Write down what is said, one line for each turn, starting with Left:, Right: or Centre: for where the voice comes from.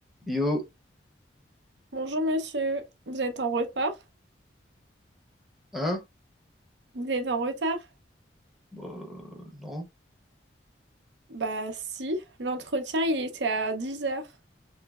Centre: Yo,
Right: Bonjour monsieur, vous êtes en retard?
Centre: hein?
Right: Vous êtes en retard?
Centre: Euh, non.
Right: Bah si, l'entretien il était à dix heures.